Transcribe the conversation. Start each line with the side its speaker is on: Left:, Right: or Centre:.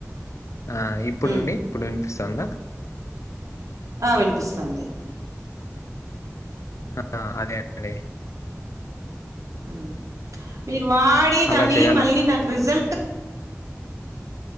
Left: ఆ ఇప్పుడునుండి
Right: ఉ
Left: ఇప్పుడు వినిపిస్ తందా
Right: ఆ వినిపిస్తుంది
Left: ఆ అదేండి
Right: హ్మ్ మీరు వాడిదాన్ని
Left: అలా చేయాల
Right: మళ్ళీ నాకు రిజల్ట్